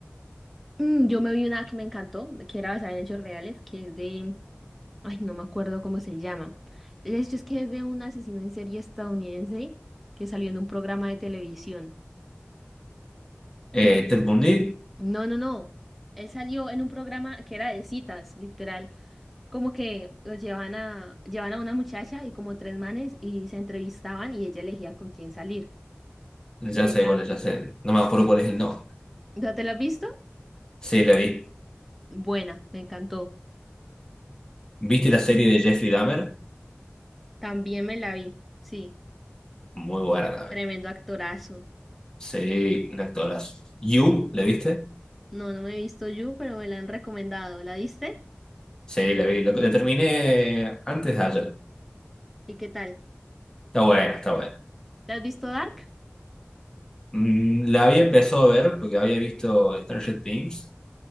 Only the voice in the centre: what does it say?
Mm, yo me vi una que me encantó, que era basada en hechos reales, que es de... Ay, no me acuerdo cómo se llama. El hecho es que es de un asesino en serie estadounidense que salió en un programa de televisión.
Hmm. <laughs>
No, no, no. Él salió en un programa que era de citas, literal. Como que lo llevan a, llevan a una muchacha y como tres manes y se entrevistaban y ella elegía con quién salir.
Y ella,
¿no te lo has visto?
Buena, me encantó.
También me la vi. Sí,
tremendo actorazo.
No, no me he visto You, pero me la han recomendado. ¿La viste?
¿Y qué tal?
¿Te has visto Dark?